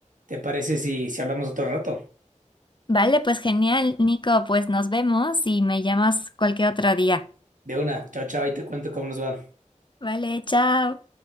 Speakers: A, on the right (about 85°); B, on the left (about 40°).
A: ¿Te parece si, si hablamos otro rato?
B: Vale, pues genial, Nico, pues nos vemos y me llamas cualquier otro día.
A: De una. Chao, chao, y te cuento cómo nos va.
B: Vale, chao.